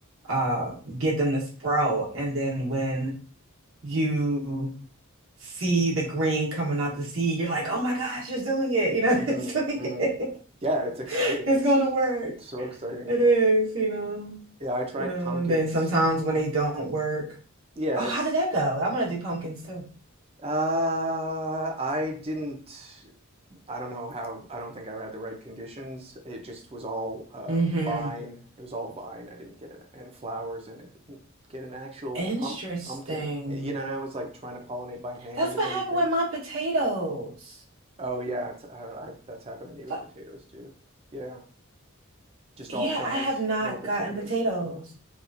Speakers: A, on the right; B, on the right.
A: uh get them to sprout, and then when you see the green coming out the seed, you're like, oh my gosh, it's doing it, you know,
B: hmm
A: <laughs> it's doing
B: hmm
A: it.
B: Yeah, it's exciting.
A: It's
B: It's
A: going to work.
B: so exciting.
A: It is, you know,
B: Yeah, I tried
A: you know,
B: pumpkins.
A: and then sometimes when they don't work,
B: Yeah,
A: oh,
B: it's
A: how did that go? I want to do pumpkins too.
B: uh I didn't I don't know how. I don't think I had the right conditions. It just was all uh,
A: hmm
B: vine. It was all vine. I didn't get an and flowers, and I didn't get an actual
A: Interesting.
B: pump pumpkin. Eh, You know, and I was like trying to pollinate by hand
A: That's
B: and
A: what
B: everything.
A: happened with my potatoes.
B: Oh yeah, it's, I, I, that's happened to me with
A: Fu-
B: potatoes too. Yeah, just
A: Yeah,
B: all plant,
A: I have not
B: no potatoes.
A: gotten potatoes.